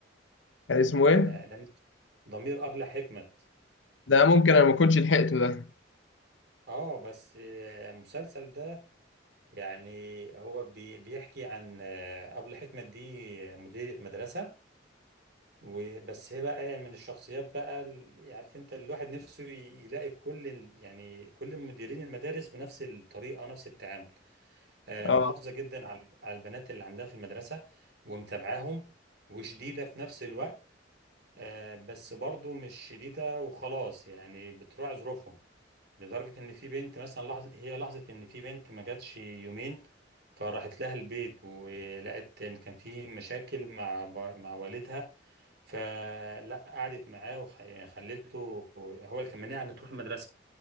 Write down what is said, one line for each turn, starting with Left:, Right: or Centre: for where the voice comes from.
Left: كان اسمه إيه؟
Right: آه، ده ضمير أبلة حكمت
Left: ده ممكن أنا ما كنتش لحقته ده
Right: اه بس آه، المسلسل ده يعني هو بي- بيحكي عن آه، أبلة حكمت دي مديرة مدرسة وبس هي بقى من الشخصيات بقى ال- عارف انت الواحد نفسه ي- يلاقي كل ال- يعني كل مديرين المدارس بنفس الطريقه ونفس التعامل آه، محافظه
Left: آه
Right: جدا على على البنات اللي عندها في المدرسه ومتابعاهم وشديده في نفس الوقت آه، بس برضو مش شديده وخلاص يعني بتراعي ظروفهم لدرجه ان في بنت مثلا لحظه هي لحظه ان في بنت ما جاتش يومين فراحت لها البيت ولقت ان كان في مشاكل مع مع والدها فلا قعدت معاه وخليته هو اللي كان مانعها ان تروح المدرسه